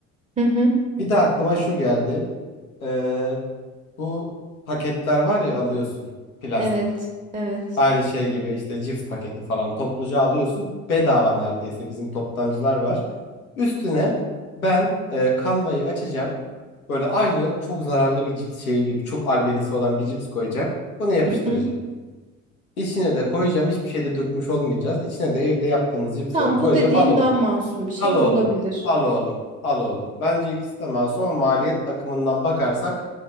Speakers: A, on the right (about 20°); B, on the left (about 85°).
A: Hı hı.
B: Bir de aklıma şu geldi. E, bu paketler var ya alıyorsun plastik.
A: Evet, evet.
B: Aynı şey gibi işte cips paketi falan topluca alıyorsun. Bedava neredeyse bizim toptancılar var. Üstüne ben e, kanvayı açacağım. Böyle aynı çok zararlı bir cips şeyi gibi çok albenisi olan bir cips koyacağım. Bunu yapıştıracağım.
A: Hı hı.
B: İçine de koyacağım. Hiçbir şey de dökmüş olmayacağız. İçine de evde yaptığımız cipsleri
A: Tamam
B: koyacağım.
A: bu dediğin
B: Al oğlum.
A: daha masum bir şey
B: Al oğlum.
A: ve olabilir.
B: Al oğlum. Al oğlum. Bence ikisi de masum ama maliyet bakımından bakarsak